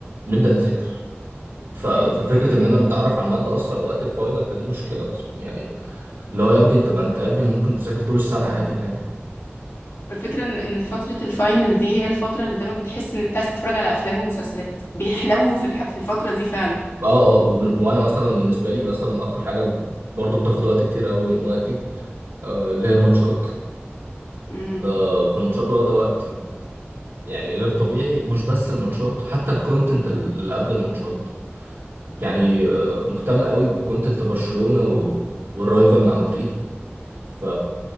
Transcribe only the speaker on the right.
نبدأ نذاكر ف-
ففكرة
إننا نتعرف على المادة أصلا وقت الفاينل فدي مشكلة أصلا يعني اللي هو يا ابني أنت ما أنت يا ابني ممكن تذاكر طول السنة عادي يعني
أه أه وب- وأنا مثلا بالنسبة لي مثلا أكتر حاجة برضه بتاخد وقت كتير قوي من وقتي آه، اللي هي الماتشات
آه، فالماتشات واخدة وقت يعني غير طبيعي مش بس الماتشات حتى الكونتنت اللي قبل الماتشات يعني آه، مهتم قوي بكونتنت برشلونة و... والرايفل مع مدريد ف...